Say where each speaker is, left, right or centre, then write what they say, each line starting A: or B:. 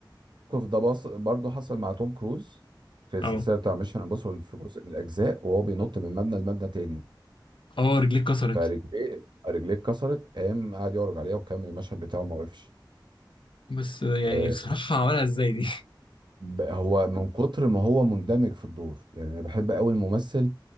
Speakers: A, on the right (about 65°); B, on the left (about 85°).
A: ده بص... برضه حصل مع توم كروز في السلسله
B: اه
A: بتاع ميشن امبوسيبل في جزء من الاجزاء وهو بينط من مبنى لمبنى تاني
B: اه رجليه اتكسرت
A: فرجليه رجليه اتكسرت قام قعد يعرج عليها وكمل المشهد بتاعه ما وقفش
B: بس آه، يعني
A: آه،
B: بصراحة عملها ازاي دي
A: ب- هو من كتر ما هو مندمج في الدور يعني انا بحب قوي الممثل